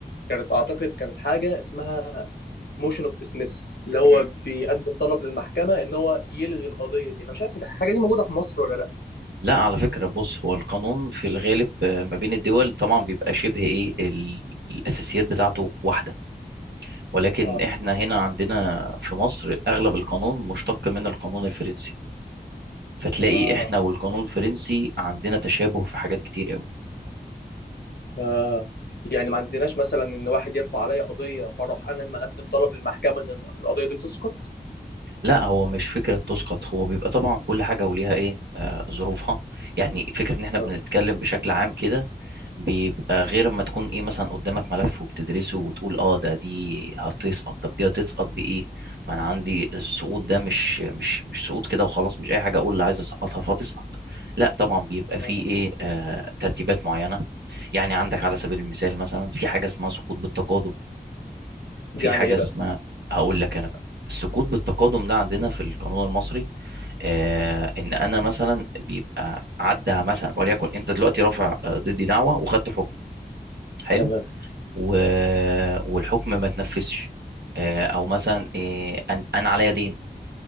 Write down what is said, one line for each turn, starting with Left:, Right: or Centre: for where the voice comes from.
Left: كانت اعتقد كانت حاجه اسمها موشن اوف ديسمس اللي هو
Right: مم.
Left: بيقدم طلب للمحكمه ان هو يلغي القضيه دي انا مش عارف الحاجه دي موجوده في مصر ولا لا
Right: لا على فكرة بص هو القانون في الغالب آه، ما بين الدول طبعا بيبقى شبه ايه ال- الأساسيات بتاعته واحدة ولكن
Left: اه
Right: احنا هنا عندنا في مصر اغلب القانون مشتق من القانون الفرنسي فتلاقي
Left: اه
Right: احنا والقانون الفرنسي عندنا تشابه في حاجات كتير قوي
Left: اه يعني ما عندناش مثلا ان واحد يرفع عليا قضيه فاروح انا مقدم طلب للمحكمه ان القضيه دي تسقط
Right: لا هو مش فكرة تسقط هو بيبقى طبعا كل حاجة وليها ايه آه ظروفها يعني فكرة ان احنا
Left: اه
Right: بنتكلم بشكل عام كده بيبقى غير ما تكون ايه مثلا قدامك ملف وبتدرسه وتقول اه ده دي هتسقط طب دي هتسقط بايه ما انا عندي السقوط ده مش مش مش سقوط كده وخلاص مش اي حاجة اقول اللي عايز اسقطها فتسقط لا طبعا بيبقى فيه
Left: آه.
Right: ايه آه ترتيبات معينة يعني عندك على سبيل المثال مثلا في حاجة اسمها سقوط بالتقادم
Left: دي
Right: في
Left: يعني
Right: حاجة
Left: ايه
Right: اسمها
Left: بقى
Right: هقول لك أنا بقى السكوت بالتقادم ده عندنا في القانون المصري آه إن أنا مثلا بيبقى عدى مثلا وليكن أنت دلوقتي رافع آه، ضدي دعوة وخدت حكم حلو
Left: تمام
Right: و... والحكم ما تنفذش آه أو مثلا آه أن- أنا عليا دين